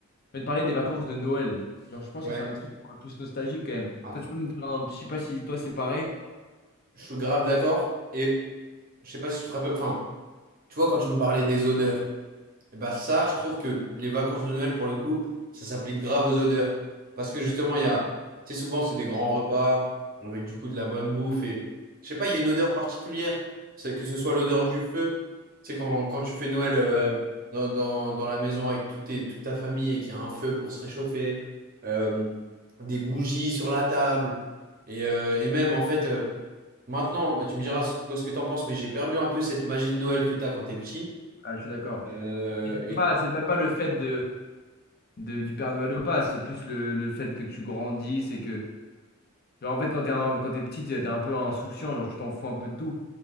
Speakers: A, on the left (about 45°); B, on the right (about 40°).
A: Je vais te parler des vacances de Noël. Genre, je pense
B: Ouais.
A: que c'est un des trucs qui me rend le plus nostalgique quand même.
B: Ah.
A: Toi, tu peux me faire un. Je sais pas si toi, c'est pareil.
B: Je suis grave d'accord. Et Je sais pas si tu te rappelles. Enfin, tu vois, quand tu me parlais des odeurs, et bah ça, je trouve que les vacances de Noël, pour le coup, ça s'applique grave aux odeurs. Parce que justement, il y a, tu sais, souvent, c'est des grands repas, avec du coup de la bonne bouffe. Et je sais pas, il y a une odeur particulière. C'est que ce soit l'odeur du feu. Tu sais, quand, quand tu fais Noël euh,
A: Ouais.
B: dans, dans, dans la maison avec tout tes, toute ta famille et qu'il y a un feu pour se réchauffer, euh, des bougies sur la table. Et, euh, et même, en fait, euh, maintenant, bah, tu me diras toi ce que t'en penses, mais j'ai perdu un peu cette magie de Noël que t'as quand t'es petit.
A: Ah, je suis d'accord.
B: Euh, et
A: C'est pas- c'est même pas le fait de, de- du Père Noël ou pas. C'est plus le, le fait que tu grandis. C'est que. Genre, en fait, quand t'es un, quand t'es petit, t'es t'es un peu insouciant. Genre, tu t'en fous un peu de tout.